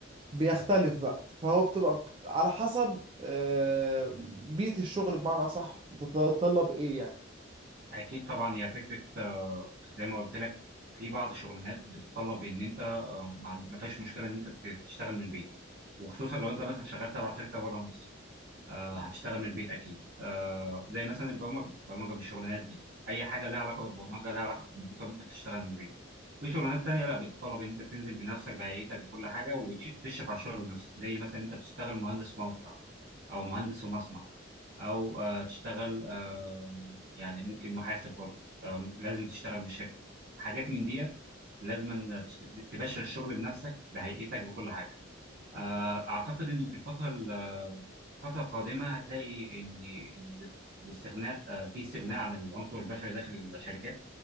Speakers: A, on the right; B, on the right.
A: بيختلف بقى فهو بتبقى على حسب آه، بيئة الشغل بمعنى أصح بتتطلب إيه يعني
B: أكيد طبعا هي فكرة آه، زي ما قلت لك في بعض الشغلانات بتتطلب إن أنت آه، ما عند- ما فيهاش مشكلة إن أنت ت- تشتغل من البيت وخصوصا لو انت مثلا شغال تبع شركه بره مصر آه هتشتغل من البيت اكيد آه زي مثلا البرمجه البرمجه من الشغلانات دي اي حاجه لها علاقه بالبرمجه لها علاقه بالكمبيوتر ممكن تشتغل من البيت في شغلانات تانية لا بتتطلب ان انت تنزل بنفسك بهيئتك بكل حاجه وتشرف على الشغل بنفسك زي مثلا انت تشتغل مهندس موقع او مهندس في مصنع او آه تشتغل آه يعني ممكن محاسب برضه آه م- لازم تشتغل من الشركه حاجات من ديت لازم تشت- تباشر الشغل بنفسك بهيئتك بكل حاجه آه، أعتقد إنه في الفترة ال- الفترة القادمة هتلاقي إن ال- الاستغناء آه، في استغناء عن العنصر البشري داخل الشركات